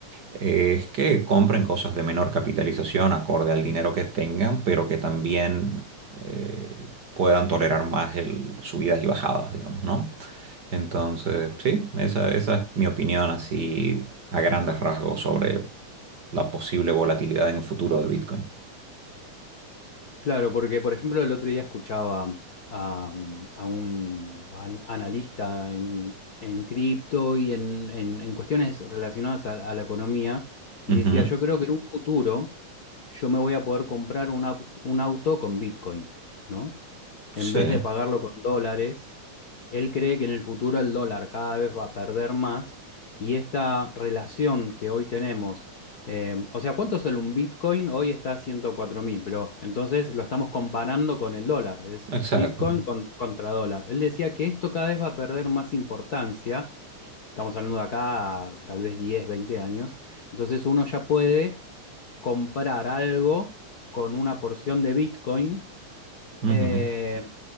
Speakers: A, on the right; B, on the left.
A: eh, es que compren cosas de menor capitalización acorde al dinero que tengan, pero que también eh, puedan tolerar más el, subidas y bajadas, digamos, ¿no? Entonces, sí, esa, esa es mi opinión así a grandes rasgos sobre la posible volatilidad en el futuro de Bitcoin.
B: Claro, porque por ejemplo el otro día escuchaba a, mm, a un an- analista en, en cripto y en, en- en cuestiones relacionadas a, a la economía y
A: Ujú,
B: decía, yo creo que en un futuro yo me voy a poder comprar un, au- un auto con Bitcoin, ¿no? En
A: Sí,
B: vez de pagarlo con dólares, él cree que en el futuro el dólar cada vez va a perder más y esta relación que hoy tenemos eh, o sea, ¿cuánto sale un Bitcoin? Hoy está a ciento cuatro mil, pero entonces lo estamos comparando con el dólar. Es
A: exacto.
B: Bitcoin con- contra dólar. Él decía que esto cada vez va a perder más importancia. Estamos hablando de acá a tal vez 10, 20 años. Entonces uno ya puede comprar algo con una porción de Bitcoin
A: Ujú,
B: eh,